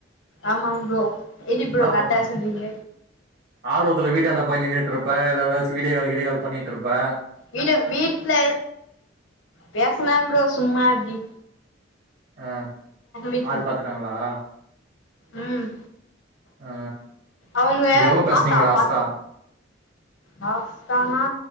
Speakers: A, on the left; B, on the right.
A: ஆமா ப்ரோ எடி ப்ரோ கரத்தா
B: பண்ண
A: சொல்லீங்க
B: ஆர்வத்துல வீட்ட எனா பண்ணின்னிட்டு இருப்ப எல்லதாச்சு வீடியோ கால் கீடீயோ கால் பண்ணிட்டு இருப்பே
A: வீடியோ வீட்டுல பேசுன ப்ரோ சும்மா அப்டி
B: ஆ
A: வீட்ல
B: ஆள் பாத்துட்டாங்களா
A: ம்
B: ஆ
A: அவுங்க
B: எவ்ளோ
A: தாத்தா
B: பேசுனீங்க லாஸ்ட்டா
A: பா லாஸ்ட்டானா